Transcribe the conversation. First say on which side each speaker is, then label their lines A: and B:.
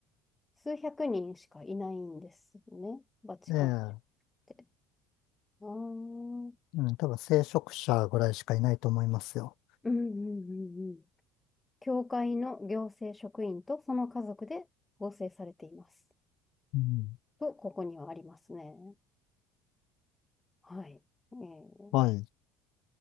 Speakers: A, on the left; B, on the left.
A: 数百人しかいないんですね。バチカンっ
B: ええ
A: て。ああうん
B: うん。多分、聖職者ぐらいしかいないと思いますよ。
A: うんうんうん。教会の行政職員とその家族で構成されています。
B: うん。
A: と、ここにはありますね。はい。えー、
B: はい。